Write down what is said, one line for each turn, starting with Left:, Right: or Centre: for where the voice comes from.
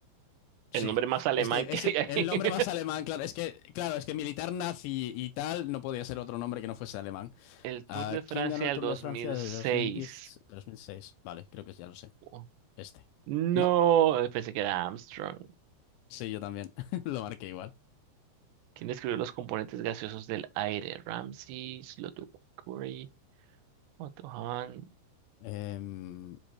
Left: Sí,
Right: el nombre más alemán
Left: es que
Right: <laughs> que
Left: es
Right: hay
Left: el nombre
Right: ahí.
Left: más alemán, claro, es que claro, es que militar nazi y tal no podía ser otro nombre que no fuese alemán.
Right: El Tour
Left: ¿A
Right: de Francia
Left: quién ganó el
Right: del
Left: Tour
Right: 2006.
Left: de Francia de dos dos mil diez, dos mil seis? Vale, creo que ya lo sé.
Right: Oh,
Left: Este.
Right: No,
Left: No,
Right: eh, pensé que era Armstrong.
Left: sí, yo también. <laughs> Lo marqué igual.
Right: ¿Quién describió los componentes gaseosos del aire? Ramsay, Slotukuri, Otto Hahn.
Left: Em,